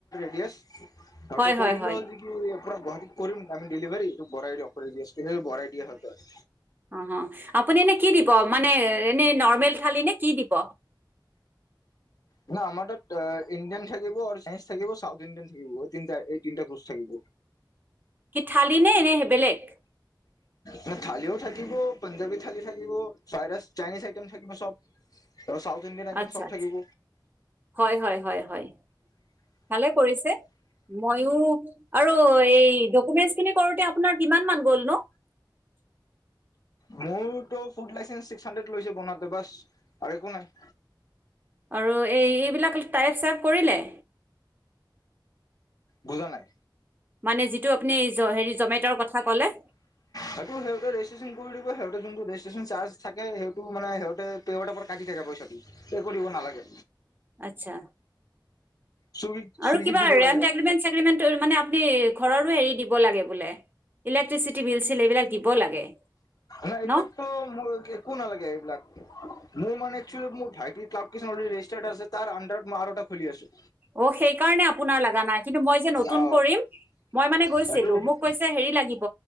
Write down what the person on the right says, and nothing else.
হয়
হয়
হয়
অহ', আপুনি এনে কি দিব মানে এনে নৰ্মেল থালি নে? কি দিব?
কি থালি নে? এনে বেলেগ
আচ্ছা-
আচ্ছা
হয়- হয় -হয় -হয়, ভালে কৰিছে ময়ো আৰু এই দ ডকুমেণ্টছ খিনি কৰোতে আপোনাৰ কিমান মান গ'ল নো?
আৰু এই এইবিলাক টাইপ চাইপ কৰিলে?
মানে যিটো আপুনি জ হেৰি জমেটৰ কথা ক'লে।
আচ্ছা।
আৰু
কিবা
ৰেণ্ট
এগ্ৰিমেণ্ট চিগ্ৰিমেণ্ট মানে আপুনি ঘৰৰো‌‌ হেৰী দিব লাগে বুলে ইলেকট্ৰিচিটি বিল চিল এইবিলাক দিব লাগে।
ন?
অ' সেই কাৰণে, আপোনাৰ লগা নাই। কিন্তু, মই যে নতুন
কৰিম, মই মানে গৈছিলো।
মোক কৈছে, হেৰি‌ লাগিব,